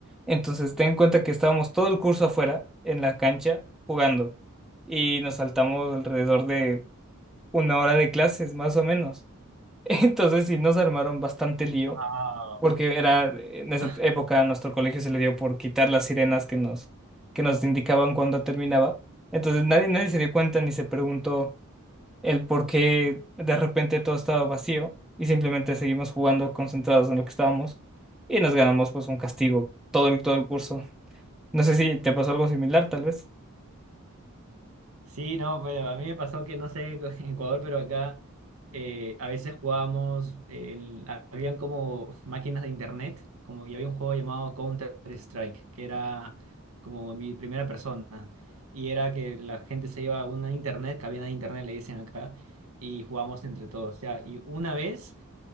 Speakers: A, in the centre; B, on the right (about 80°).
A: Entonces ten en cuenta que estábamos todo el curso afuera, en la cancha, jugando. Y nos saltamos alrededor de una hora de clases, más o menos. <laughs> Entonces sí nos armaron bastante
B: Guau.
A: lío, porque era, en esa
B: <laughs>
A: época a nuestro colegio se le dio por quitar las sirenas que nos, que nos indicaban cuándo terminaba. Entonces nadie, nadie se dio cuenta ni se preguntó el por qué de repente todo estaba vacío y simplemente seguimos jugando concentrados en lo que estábamos y nos ganamos pues un castigo todo el, todo el curso. No sé si te pasó algo similar, tal vez.
B: Sí, no, bueno, a mí me pasó que no sé <laughs> en Ecuador, pero acá eh, a veces jugábamos, eh, en- ha- habían como máquinas de internet, como y había un juego llamado Counter-Strike, que era como mi primera persona, y era que la gente se iba a una internet, cabina de internet le dicen acá, y jugábamos entre todos, ya, y una vez...